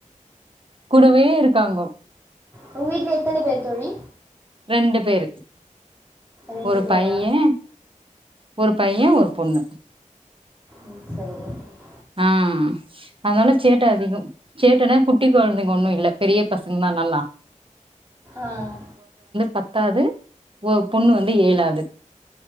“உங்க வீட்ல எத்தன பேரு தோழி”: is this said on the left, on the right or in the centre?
Right